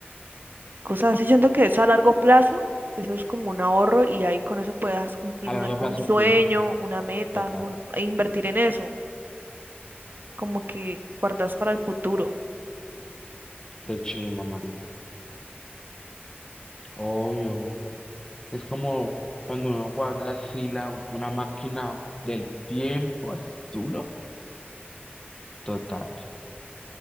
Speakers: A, on the right; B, on the left.
A: Cosas así, yo siento que eso a largo plazo, eso es como un ahorro y ahí con eso puedes cumplir
B: A
A: un,
B: largo
A: algún
B: plazo,
A: sueño,
B: que
A: una meta,
B: Total,
A: un, e invertir en eso. Como que guardas para el futuro.
B: qué chimba, marica. Obvio. Es como cuando uno guarda así la, una máquina del tiempo al futuro. Total.